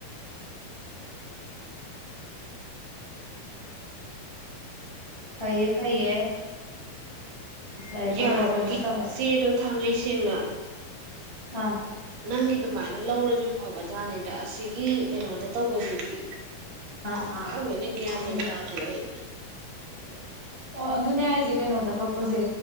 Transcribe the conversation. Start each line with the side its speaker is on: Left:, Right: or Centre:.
Left: ꯐꯩꯌꯦ-ꯐꯩꯌꯦ ꯂꯩꯔꯣ-ꯂꯩꯔꯣ
Right: ꯌꯥꯕꯒꯤ
Left: ꯀꯩꯅꯣ ꯇꯧꯔꯁꯦ꯫
Right: ꯆꯦꯗꯣ ꯊꯥꯡꯉꯩ ꯁꯦꯡꯅ꯫
Left: ꯑꯥ꯫
Right: ꯅꯪꯒꯤ ꯑꯗꯨꯃꯥꯏꯅ ꯂꯧꯔꯁꯨ ꯐꯕꯖꯥꯠꯅꯤꯗ ꯑꯁꯤꯒꯤ ꯀꯩꯅꯣꯗ ꯇꯧꯕꯁꯤꯗꯤ
Left: ꯑꯥ ꯑꯥ
Right: ꯈꯪꯗꯦꯅꯦ ꯒ꯭ꯌꯥ
Left: ꯀꯩꯅꯣ
Right: ꯃꯦꯟ ꯇꯥꯗꯦ ꯑꯩ꯫
Left: <unintelligible> ꯑꯣ ꯑꯗꯨꯅꯦ ꯑꯩꯁꯦ ꯀꯩꯅꯣꯗ ꯀꯛꯄꯁꯦ